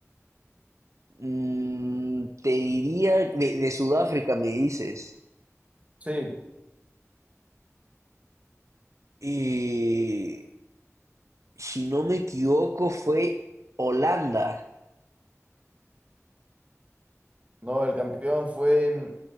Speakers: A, on the right; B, on the right.
A: Mm, te diría de, de Sudáfrica, me dices.
B: Sí,
A: Eh, si no me equivoco, fue Holanda.
B: no, el campeón fue em,